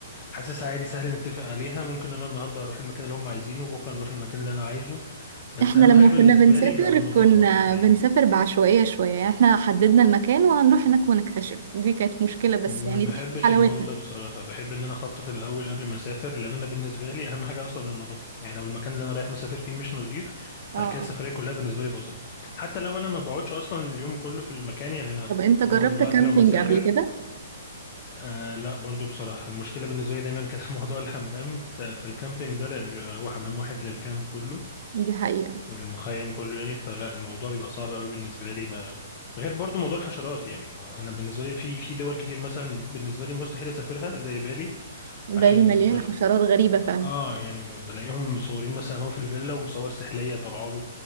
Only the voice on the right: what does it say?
احنا
لما
كنا بنسافر
كنا
بنسافر بعشوائية شوية يعني احنا حددنا المكان وهنروح هناك ونكتشف دي كانت مشكلة بس
يعني
دي حلاوتها
اه
اه
طب انت
جربت
كامبينج
قبل كده
دي حقيقة
بالي
مليانة
حشرات غريبة فعلا